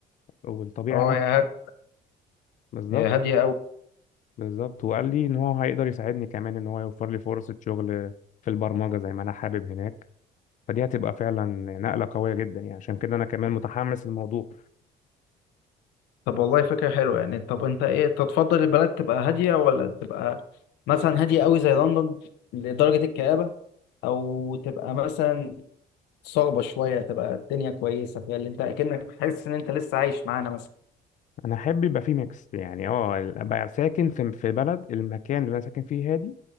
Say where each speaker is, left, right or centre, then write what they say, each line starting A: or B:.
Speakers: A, on the left; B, on the left.
A: والطبيعه
B: اه
A: هناك
B: يا هاد
A: بالظبط
B: هي هاديه قوي
A: بالظبط وقال لي ان هو هيقدر يساعدني كمان ان هو يوفر لي فرصة شغل في البرمجة زي ما انا حابب هناك فدي هتبقى فعلا نقلة قوية جدا يعني عشان كده انا كمان متحمس للموضوع
B: طب والله فكره حلوه يعني طب انت ايه تتفضل البلد تبقى هاديه ولا تبقى مثلا هاديه قوي زي لندن لدرجه الكآبه او تبقى مثلا صعبة شوية تبقى الدنيا كويسة فيها اللي انت اكنك حاسس ان انت لسه عايش معانا مثلا
A: انا احب يبقى فيه ميكس يعني اه ابقى ساكن في في بلد المكان اللي انا ساكن فيه هادي